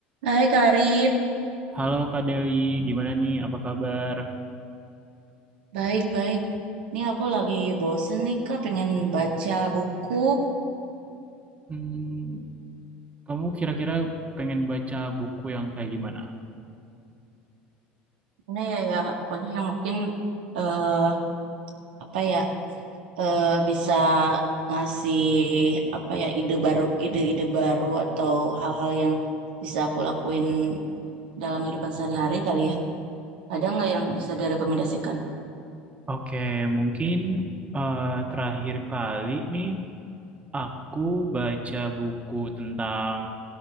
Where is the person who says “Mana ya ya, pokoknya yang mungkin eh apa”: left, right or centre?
Right